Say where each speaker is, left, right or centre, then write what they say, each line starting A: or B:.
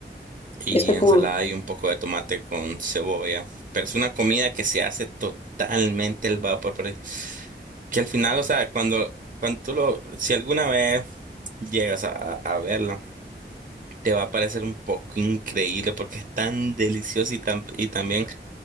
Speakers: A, on the right (about 45°); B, on the left (about 30°).
A: y
B: esto es
A: ensalada
B: como
A: y un poco de tomate con cebolla. Pero es una comida que se hace totalmente al vapor, pero que al final, o sea, cuando, cuando tú lo, si alguna vez llegas a, a- a verla, te va a parecer un poco increíble porque es tan delicioso y, tan, y también